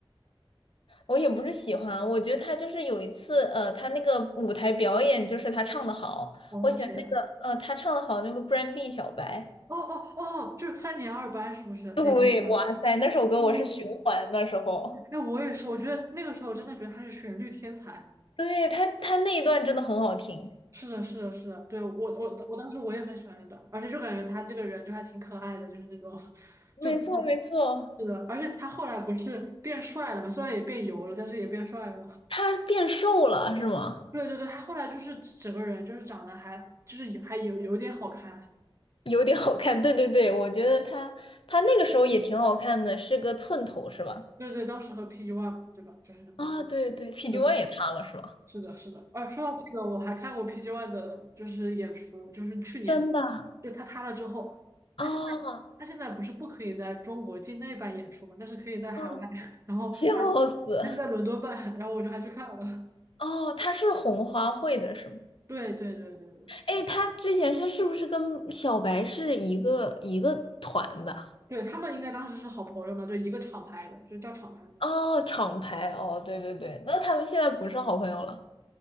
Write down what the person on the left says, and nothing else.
我也不是喜欢啊，我觉得他就是有一次，呃，他那个舞台表演就是他唱的好，
我喜欢那个，呃，他唱的好那个 b r a n d B 小白。
<laughs> 对，哇塞，那首歌我是循环那时候，
对他他那一段真的很好听，
没错没错，
他变瘦了是吗？
<laughs> 有点好看，对对对，我觉得他他那个时候也挺好看的，是个寸头是吧？
啊，对对，PG
One 也塌了是吧？
真的
啊
啊，
笑死！
哦，他是红花会的是吗？
哎，他之前他是不是跟小白是一个一个团的？
哦，
厂牌哦，对对对，那他们现在不是好朋友了